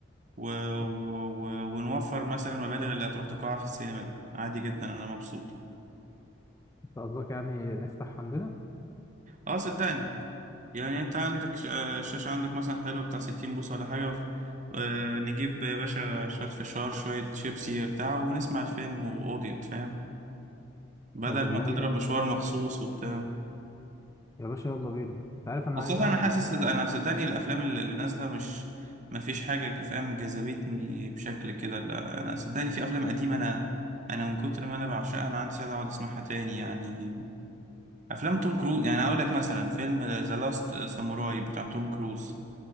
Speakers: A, on the right; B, on the left.
A: و... و...
B: طب
A: و... ونوفر مثلا المبالغ اللي هتروح تقاعها في السينما دي عادي جدا انا مبسوط
B: انت قصدك يعني نفتح عندنا
A: اه صدقني يعني انت عندك ش- آه، الشاشة عندك مثلا حلوة بتاع 60 بوصة ولا حاجة آه، نجيب يا باشا شوية فشار شوية شيبسي بتاع ونسمع الفيلم وقضيت فاهم بدل
B: طب والله
A: ما تضرب مشوار مخصوص وبتاع
B: يا باشا يلا بينا انت عارف انا
A: خاصة
B: عايز اعمل
A: أنا حاسس أنا صدقني الأفلام اللي اللي نازلة مش ما فيش حاجة ج- فاهم جذبتني بشكل كده لا أنا صدقني في أفلام قديمة أنا أنا من كتر ما أنا بعشقها أنا عندي سعادة أقعد أسمعها تاني يعني افلام توم كروز يعني اقول لك مثلا فيلم ذا لاست ساموراي بتاع توم كروز